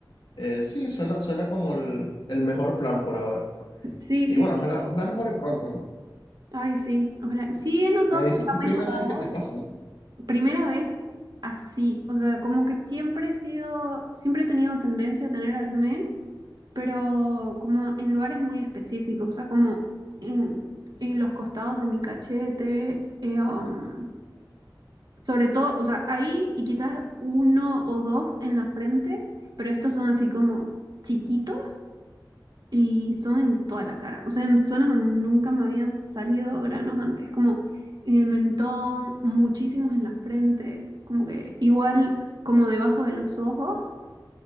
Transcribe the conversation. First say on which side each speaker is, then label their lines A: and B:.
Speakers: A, on the left (about 80°); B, on the right (about 60°).
A: eh, sí, suena, suena como el, el mejor plan por ahora.
B: Sí,
A: Y
B: sí.
A: bueno, ojalá, ojalá mejore pronto, ¿no?
B: Ay, sí. Ojalá. Sí he notado
A: Me dices
B: que ha
A: que es primera
B: mejorado.
A: vez que te pasa, ¿no?
B: Primera vez así, o sea, como que siempre he sido, siempre he tenido tendencia a tener acné, pero como en lugares muy específicos, o sea, como en, en los costados de mi cachete, eh, um, sobre todo, o sea, ahí y quizás uno o dos en la frente, pero estos son así como chiquitos y son en toda la cara, o sea, en zonas donde nunca me habían salido granos antes, como en el mentón, muchísimos en la frente, como que igual como debajo de los ojos,